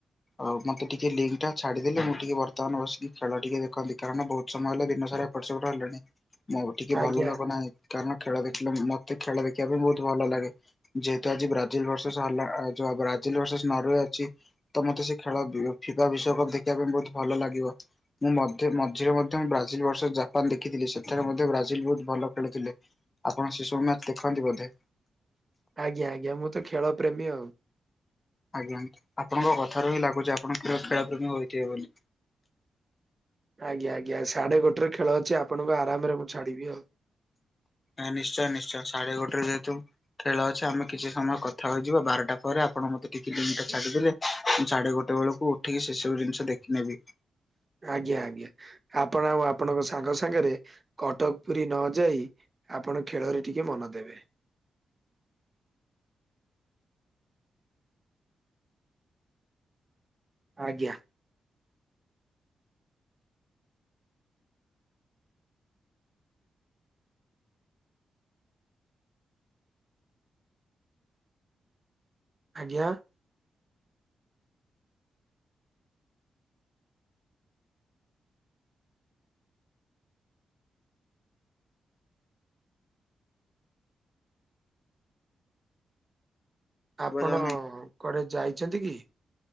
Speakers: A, on the left; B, on the right.
A: ଆଉ ମତେ ଟିକେ ଲିଙ୍କ୍ ଟା ଛାଡିଦେଲେ ମୁଁ ଟିକେ ବର୍ତ୍ତମାନ ବସିକି ଖେଳ ଟିକେ ଦେଖନ୍ତି। କାରଣ ବହୁତ ସମୟ ହେଲା ଦିନ ସାରା ଏପଟେ ସେପଟେ ହେଲଣି। ମୁଁ ବି ଟିକେ
B: ଆଜ୍ଞା
A: ଭଲ ଲାଗୁ ନାହିଁ। କାରଣ ଖେଳ ଦେଖିଲେ, ମତେ ଖେଳ ଦେଖିବା ପାଇଁ ବହୁତ ଭଲ ଲାଗେ। ଯେହେତୁ ଆଜି ବ୍ରାଜିଲ ବର୍ଷ ସା ହେଲା ଆ <unintelligible> ଚିଲ ଭରସେସ୍ ନରର୍ୱେ ଅଛି ତ ମତେ ସେ ଖେଳ ଫିଫା ବିଶ୍ଵକପ ଦେଖିବା ପାଇଁ ବହୁତ ଭଲ ଲାଗିବ। ମୁଁ ମଧ୍ୟ ମଝିରେ ମଧ୍ୟ ମୁ ବ୍ରାଜିଲ ବରସେସ୍ ଜାପାନ ଦେଖିଥିଲି ସେଠାରେ ମଧ୍ୟ ବ୍ରାଜିଲ ବହୁତ ଭଲ ଖେଳିଥିଲେ। ଆପଣ ସେ ସବୁ ମ୍ୟାଚ୍ ଦେଖନ୍ତି ବୋଧେ?
B: ଆଜ୍ଞା ଆଜ୍ଞା, ମୁଁ ତ ଖେଳ ପ୍ରେମୀ ଆଉ।
A: ଆଜ୍ଞା ଆପଣଙ୍କ କଥାରୁ ହିଁ ଲାଗୁଛି ଆପଣ ଖେଳ ପ୍ରେମୀ ହୋଇଥିବେ ବୋଲି।
B: ଆଜ୍ଞା ଆଜ୍ଞା, ସାଢେ ଗୋଟେରେ ଖେଳ ଅଛି ଆପଣଙ୍କୁ ଆରାମରେ ମୁଁ ଛାଡିବି ଆଉ।
A: ଆ ନିଶ୍ଚୟ ନିଶ୍ଚୟ ସାଢେ ଗୋଟେରେ ଯେହେତୁ ଖେଳ ଅଛି ଆମେ କିଛି ସମୟ କଥା ହୋଇଯିବା। ବାରଟା ପରେ ଆପଣ ମତେ ଟିକେ ଲିଙ୍କଟା ଛାଡିଦେଲେ ମୁଁ ସାଢେ ଗୋଟେ ବେଳକୁ ଉଠିକି ସେ ସବୁ ଜିନିଷ ଦେଖିନେବି।
B: ଆଜ୍ଞା ଆଜ୍ଞା। ଆପଣ ଆଉ ଆପଣଙ୍କ ସାଙ୍ଗ ସାଙ୍ଗରେ କଟକ ପୁରୀ ନ ଯାଇ ଆପଣ ଖେଳରେ ଟିକେ ମନ ଦେବେ। ଆଜ୍ଞା। ଆଜ୍ଞା, ଆପଣ-ଅ-ଅ
A: ଶୁଭାଯାଉନାହିଁ?
B: କୁଆଡେ ଯାଇଛନ୍ତି କି?